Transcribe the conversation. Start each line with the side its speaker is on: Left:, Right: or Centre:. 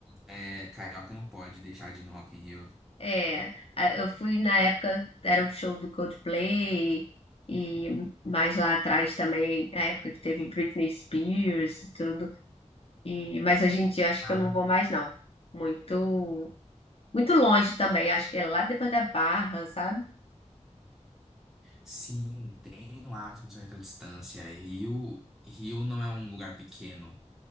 Centre: é, Carioca não pode deixar de ir no Rock in Rio.
Left: é, a- eu fui na época, era o show do Coldplay, e mais lá atrás também, a época que teve Britney Spears e tudo. E, mas hoje em dia acho
Centre: Ah,
Left: que eu não vou mais, não. Muito, muito longe também, acho que é lá depois da Barra, sabe?
Centre: sim, tem lá uma certa distância. Rio, Rio não é um lugar pequeno.